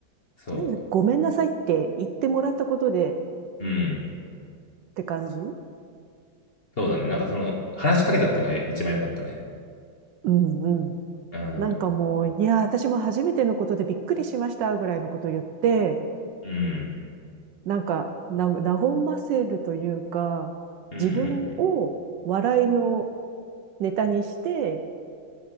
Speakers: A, on the left; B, on the right.
A: そ
B: とりあえず、ごめんなさいって言ってもらったことで
A: う、うん、
B: って感じ
A: そうだね。なんかその、話しかけたっていうのが一番良かったね。
B: うん、うん。
A: うん、
B: なんかもう、いや、私も初めてのことでびっくりしました、ぐらいのこと言って、
A: うん、
B: なんか、な、和ませるというか、
A: うん、
B: 自分を笑いのネタにして、